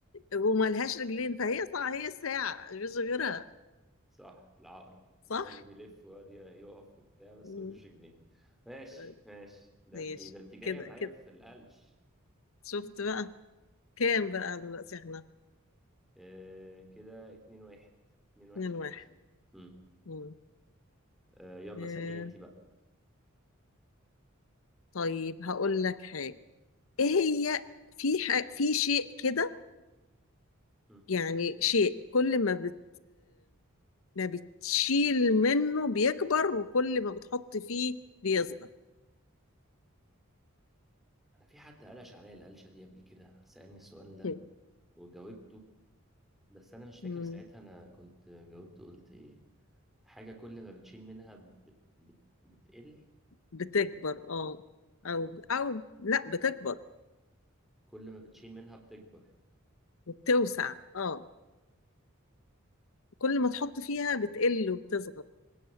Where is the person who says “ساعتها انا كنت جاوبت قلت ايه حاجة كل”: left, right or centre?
Centre